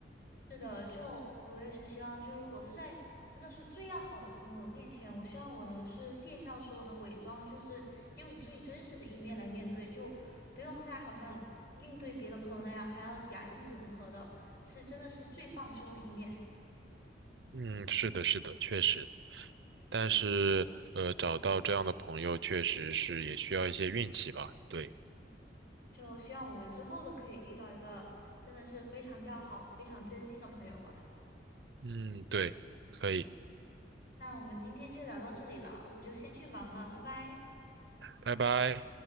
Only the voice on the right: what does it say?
嗯，是的，是的，确实。但是，呃，找到这样的朋友确实是也需要一些运气吧。对，
嗯，对，可以，
拜拜。